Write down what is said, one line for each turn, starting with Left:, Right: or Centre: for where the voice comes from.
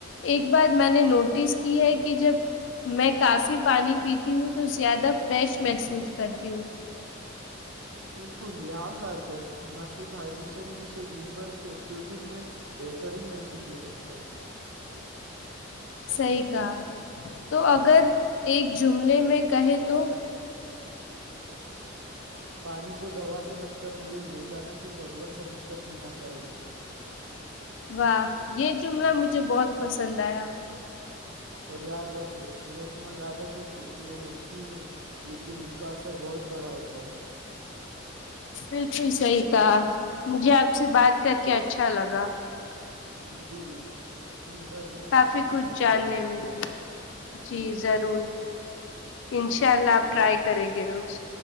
Left: ایک بار میں نے نوٹس کی ہے کہ جب میں کافی پانی پیتی ہوں تو زیادہ فریش محسوس کرتی ہوں
Right: بالکل یہ عام بات ہے، مناسب ہائیڈریشن جسے دن بھر کی ایکٹیویٹیز میں بہترین محسوس ہوسکتا ہے
Left: صحیح کہا تو اگر ایک جملے میں کہے تو
Right: پانی کو دوا سمجھ کر نہیں، روزانہ کی ضرورت سمجھ کر پینا چاہیئے
Left: واہ یہ جملہ مجھے بہت پسند آیا
Right: اور یاد رکھو صحت مند عادتیں چھوٹیوں ہوتی ہیں لیکن ان کا اثر بہت بڑا ہوتا ہے
Left: بالکل صحی کہا مجھے آپ سے بات کر کے اچھا لگا
Right: مجھے بھی دن بھر میں
Left: کافی
Right: پانی پینا
Left: کچھ جاننے
Right: چاہیے
Left: ملاو جی
Right: بالکل
Left: ضرور انشاء
Right: ٹھیک ہے
Left: اللہ آپ ٹرائی
Right: حافظ
Left: کریں گے روز